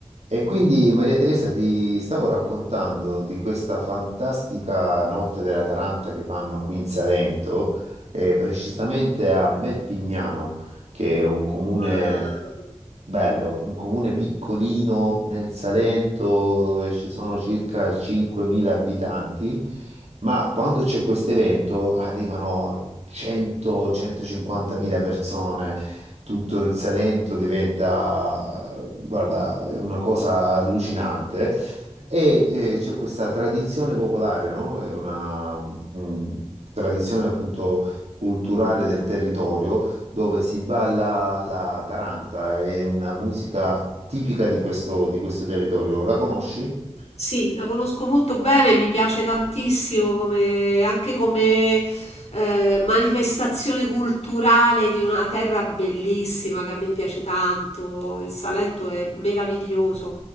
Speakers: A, on the right; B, on the left.
A: E quindi Maria Teresa ti stavo raccontando di questa fantastica notte della Taranta che fanno qui in Salento, eh, precisamente a Melpignano, che è un comune
B: Ah,
A: bello, un comune piccolino nel Salento dove ci sono circa 5.000 abitanti, ma quando c'è questo evento arrivano 100-150.000 persone tutto il Salento diventa, eh, guarda, è una cosa allucinante. E eh, c'è questa tradizione popolare, no? È una mm, tradizione appunto culturale del territorio dove si balla la taranta, è una musica tipica di questo, di questo territorio. La conosci?
B: sì, la conosco molto bene, mi piace tantissimo come, anche come eh, manifestazione culturale di una terra bellissima che a me piace tanto. Il Salento è meraviglioso.